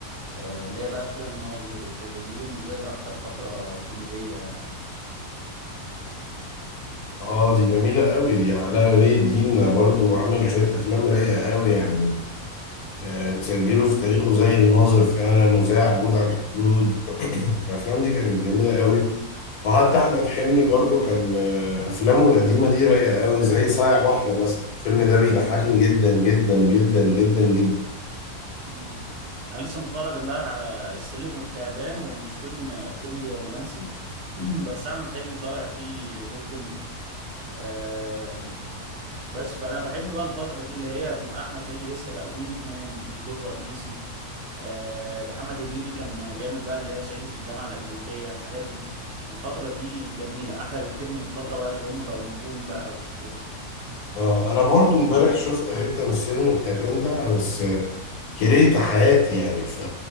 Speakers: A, on the right (about 65°); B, on the left (about 80°).
A: آه، اللي هي بقى فيها الناظر وكده دي بالنسبة لي أكتر فترة كوميدية يعني
B: اه دي جميلة قوي دي علاء ولي الدين برضو عمل شوية أفلام رايقة قوي يعني آه، تسجله في تاريخه زي الناظر فعلا وزي عبود على الحدود <clears throat> الافلام دي كانت جميله قوي وحتى احمد حلمي برضو كان آه، افلامه القديمه دي رايقه قوي زي صايع بحر مثلا الفيلم ده بيضحكني جدا جدا جدا جدا جدا
A: مم. أنا لسه متفرج امبارح على السلم والتعبان هو مش فيلم كوميدي هو رومانسي <clears throat> بس أحمد حلمي طالع فيه دور كوميدي آم، بس فأنا بحب بقى الفترة دي اللي هي بيبقى أحمد حلمي لسه بقى وينج مان مش دور رئيسي آه، محمد هنيدي كان بيعمل بقى اللي هي صعيدي في الجامعة الأمريكية الحاجات دي الفترة دي جميلة أحلى بكتير من الفترة بقى اللي هم بقوا نجوم بقى وكده
B: اه انا برضو امبارح شفت حته من السينما التعبان ده بس آه، كرهت حياتي يعني ف